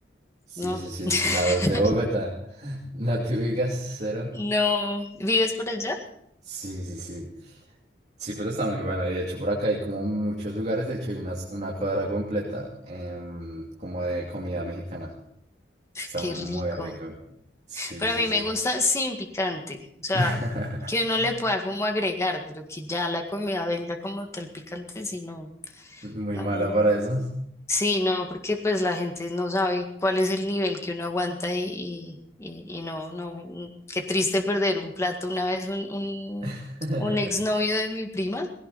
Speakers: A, on the right; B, on the left.
A: Sí,
B: no.
A: sí, sí.
B: <laughs>
A: Lados de Bogotá. <laughs> ¿No te ubicas, cero?
B: No. ¿Vives por allá?
A: Sí, sí, sí. Sí, pero está muy bueno. Y de hecho, por acá hay como muchos lugares. De hecho, hay unas- una cuadra completa em, como de comida mexicana. Está
B: Qué
A: muy
B: rico.
A: rico. Sí,
B: Pero
A: sí,
B: a mí
A: sí.
B: me gusta sin picante. O sea,
A: <laughs>
B: que uno le pueda como agregar, pero que ya la comida venga como tal picante, sino
A: Muy
B: No,
A: mala
B: no.
A: para esos.
B: Sí, no, porque pues la gente no sabe cuál es el nivel que uno aguanta y, y, y- y no, no, mm, qué triste perder un plato. Una vez un, un,
A: <laughs>
B: un exnovio de mi prima